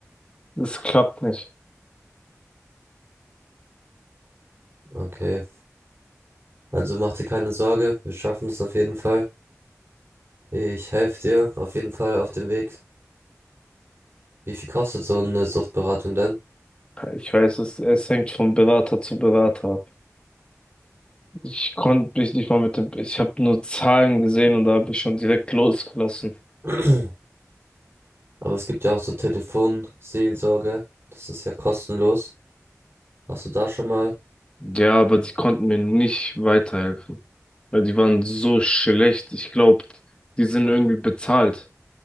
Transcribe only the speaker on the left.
es klappt nicht.
Ich weiß, es, es hängt von Berater zu Berater. Ich konnte mich nicht mal mit dem, ich habe nur Zahlen gesehen und da habe ich schon direkt losgelassen.
Ja, aber die konnten mir nicht weiterhelfen, weil die waren so schlecht. Ich glaube, die sind irgendwie bezahlt,